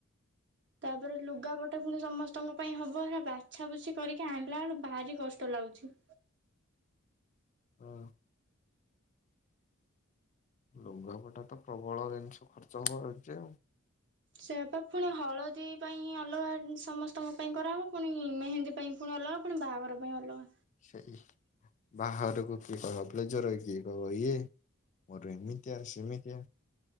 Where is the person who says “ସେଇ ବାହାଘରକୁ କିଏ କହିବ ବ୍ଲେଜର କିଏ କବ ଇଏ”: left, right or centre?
Left